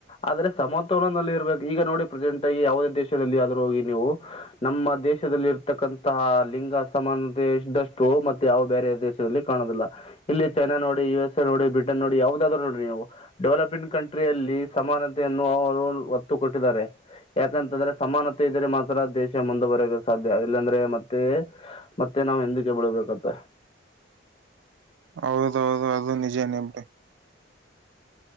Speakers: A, on the left; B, on the right.
A: ಆದ್ರೆ ಸಮತೋಲನದಲ್ಲಿ ಇರ್ಬೇಕು ಈಗ ನೋಡಿ ಪ್ರೆಸೆಂಟ್ ಆಗಿ ಯಾವುದೇ ದೇಶದಲ್ಲಿ ಆದ್ರೂ ಹೋಗಿ ನೀವು ನಮ್ಮ ದೇಶದಲ್ಲಿ ಇರತಕ್ಕಂತಹ ಲಿಂಗ ಸಮಾನತೆ ಇದ್ದಷ್ಟು ಮತ್ತೆ ಯಾವ ಬೇರೆ ದೇಶದಲ್ಲಿ ಕಾಣೋದಿಲ್ಲ ಇಲ್ಲಿ ಚೈನಾ ನೋಡಿ ಯು ಎಸ್ ಎ ನೋಡಿ ಬ್ರಿಟನ್ ನೋಡಿ ಯಾವದಾದ್ರು ನೋಡಿ ನೀವು ಡೆವಲಪಿಂಗ್ ಕಂಟ್ರಿಯಲ್ಲಿ ಸಮಾನತೆಯನ್ನು ಅವರು ಒತ್ತು ಕೊಟ್ಟಿದ್ದಾರೆ ಯಾಕಂತಂದ್ರೆ ಸಮಾನತೆ ಇದ್ರೆ ಮಾತ್ರ ದೇಶ ಮುಂದೆ ಬರಬೇಕ ಸಾಧ್ಯ ಇಲ್ಲಾಂದ್ರೆ ಮತ್ತೆ ಮತ್ತೆ ನಾವು ಎಂದಕ್ಕೆ ಬೆಳ್ಬೇಕತ್ತ
B: ಹೌದ ಹೌದು ಅದು ನಿಜನ ಎ ಬಿಡಿ